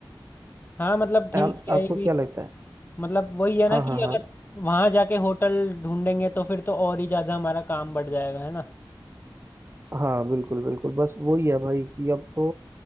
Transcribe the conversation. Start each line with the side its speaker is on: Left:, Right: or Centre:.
Left: हाँ मतलब ठीक
Right: आप,
Left: है
Right: आपको
Left: ये भी
Right: क्या लगता है
Left: मतलब वही है ना
Right: हाँ हाँ
Left: कि
Right: हाँ
Left: अगर वहां जाके होटल ढूंढेंगे तो फिर तो और ही ज्यादा हमारा काम बढ़ जाएगा है ना
Right: हाँ बिल्कुल बिल्कुल बस वही है भाई कि अब तो